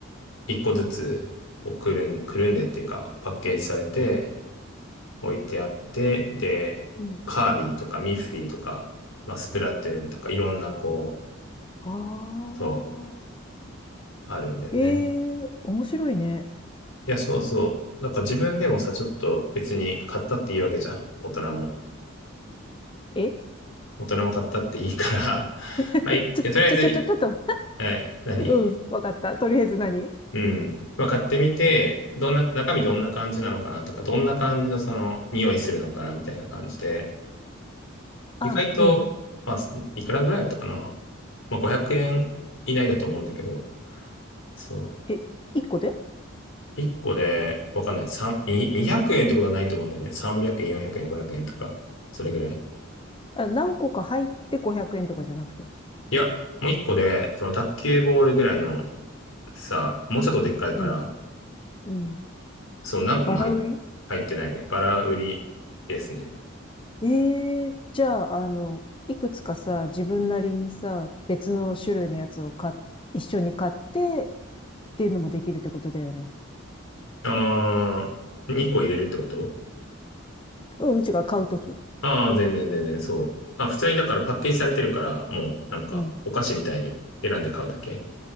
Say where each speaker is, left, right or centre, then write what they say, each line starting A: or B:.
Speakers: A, on the left; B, on the left.
A: 一個ずつ、こう、くるん、くるんでっていうか、パッケージされて、置いてあって、で、
B: うん。
A: カービィとかミッフィーとか、まあ、スプラトゥーンとか、いろんな、こう、
B: ああ。
A: そう、あるんだよね。
B: ええー、面白いね。
A: いや、そうそう。なんか自分でもさ、ちょっと別に買ったっていいわけじゃん、大人も。
B: え
A: 大人も買ったっていいから、<laughs>
B: <laughs> ちょ、
A: まあ、いえとりあえず、
B: ちょ、ちょ、ちょ、ちょっと。
A: はい、何
B: うん、わかった。とりあえず何
A: うん。まあ、買ってみて、どんな、中身どんな感じなのかなとか、どんな感じのその、匂いするのかなみたいな感じで、
B: あ、
A: 意外と、
B: うん。
A: まあ、すいくらぐらいだったかなまあ、500円以内だと思うんだけど、そ
B: え、1個で
A: う。1個で、わかんない。3、に200円ってことはないと思うんだよね。300円、400円、500円とか、それぐらい。
B: あ、何個か入って500円とかじゃなくて。
A: いや、もう1個で、その卓球ボールぐらいの、さ、もうちょっとでっかいから、
B: うん、うん。
A: その何個も入っ、
B: バラ売り
A: 入ってないね。バラ売りですね。
B: ええーじゃあ、あの、いくつかさ、自分なりにさ、別の種類のやつを買っ、一緒に買ってっていうのもできるってことだよね。
A: ああ、2個入れるってこと
B: うん、違う、買うとき。
A: ああー、全然全然、そう。あ、普通にだからパッケージされてるから、もうなんかお菓子みたいに選んで買うだけ。
B: うん。